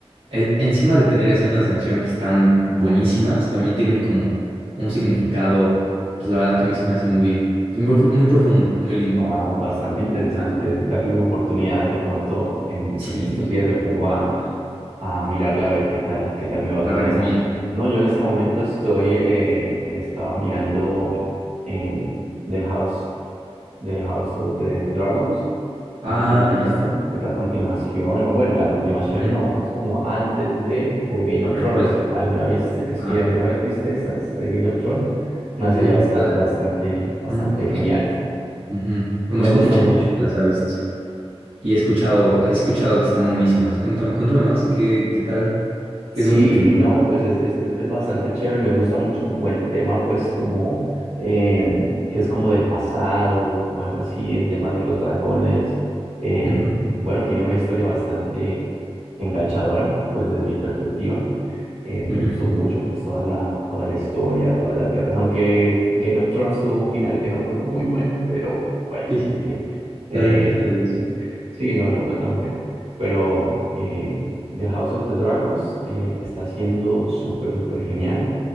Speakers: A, on the right; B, on the right.
A: e- encima de tener escenas de acción que están buenísimas, también tiene como un significado, pues la verdad que a mí se me hace muy, pues, muy, pro- muy profundo, muy lindo.
B: Va bastante interesante darle una oportunidad. De pronto en,
A: Sí,
B: en estos días me pongo a, a mirarla a ver qué tal, qué tal me va
A: la
B: con
A: recomiendo.
B: esa. No, yo en este momento estoy, eh, estaba mirando eh, The House, The House of the Dragons.
A: Ah,
B: No sé si lo has visto,
A: ya.
B: que es la continuación. o Bueno, la continuación
A: Ujú,
B: no, es como antes de, de Game
A: La
B: of
A: precuela.
B: Thrones. ¿Alguna viste?
A: Ujú,
B: Sí,
A: Ah,
B: alguna vez viste esas de Game of Thrones. Es una
A: no,
B: serie bastante,
A: la-
B: bastante, bastante
A: con- conozco,
B: genial.
A: ujú, conozco
B: Me gusta
A: mucha
B: mucho.
A: gente que las ha visto y he escuchado, he escuchado que están buenísimas. Cuéntame, cuéntame más, ¿y qué, qué tal? ¿Qué
B: Sí,
A: es lo que te gusta?
B: no, pues es, es, es bastante chévere. Me gusta mucho como el tema, pues como em, que es como del pasado, como algo así, el tema de los dragones. Em,
A: Ujú,
B: bueno, tiene una historia bastante enganchadora, pues desde mi perspectiva. Eh, me
A: ujú.
B: gustó mucho pues toda la, toda la historia, todas las guerras, aunque Game of Thrones tuvo un final que no fue muy bueno, pero bueno,
A: Sí,
B: en fin. Eh,
A: también me enteré de eso.
B: <laughs> sí, no, no fue tan bueno. Pero eh, The House of the Dragons eh, está siendo súper, súper genial.